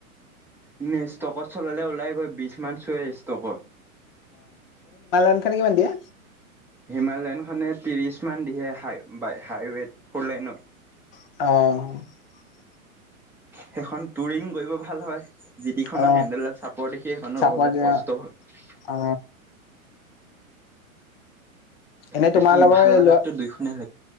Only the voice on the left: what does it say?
উন খনে কিমান দিয়ে?
অ'।
অ
চাপৰ
দিয়া
অ এনেই
তোমাৰ লগৰ
লোৱা,